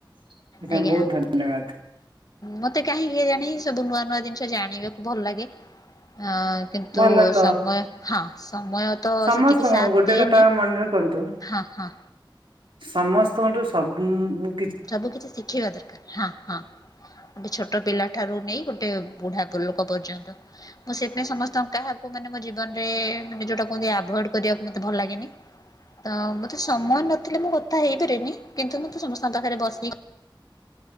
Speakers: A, on the right; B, on the left.
A: ସେଥିଇଁ
B: ଆଜ୍ଞା
A: ବହୁତ ଧନ୍ୟବାଦ।
B: ମତେ କାହିଁ କେଜାଣି ସବୁ ନୂଆ ନୂଆ ଜିନିଷ ଜାଣିବାକୁ ଭଲ ଲାଗେ ଅଁ କିନ୍ତୁ
A: ଭଲ ତ
B: ସମୟ ହଁ ସମୟ ତ
A: ସମସ୍ତଙ୍କୁ
B: ସେତିକି ସାଥ
A: ଗୋଟେ
B: ଦିଏନି।
A: କଥା ମନେ ରଖନ୍ତୁ
B: ହଁ ହଁ
A: ସମସ୍ତଙ୍କଠୁ ସଵ୍ ବୁ
B: ସବୁ କିଛି ଶିଖେଇବା ଦରକାର ହଁ ହଁ ଗୋଟେ ଛୋଟ ପିଲା ଠାରୁ ନେଇ ଗୋଟେ ବୁଢା ପ ଲୋକ ପର୍ଯ୍ୟନ୍ତ। ମୁଁ ସେଥିଇଁ ସମସ୍ତଙ୍କ କାହାକୁ ମାନେ ମୋ ଜୀବନରେ ମାନେ ଯୋଉଟା କୁହନ୍ତି ଆଭଏଡ କରିବାକୁ ମତେ ଭଲ ଲାଗେନି। ତ ମତେ ସମୟ ନଥିଲେ ମୁଁ କଥା ହେଇପାରେନି କିନ୍ତୁ ମୁଁ ତ ସମସ୍ତଙ୍କ ପାଖରେ ବସିକି